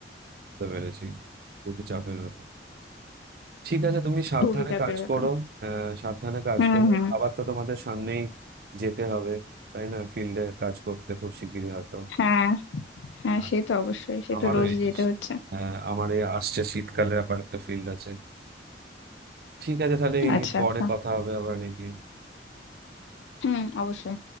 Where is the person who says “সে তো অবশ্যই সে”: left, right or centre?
Left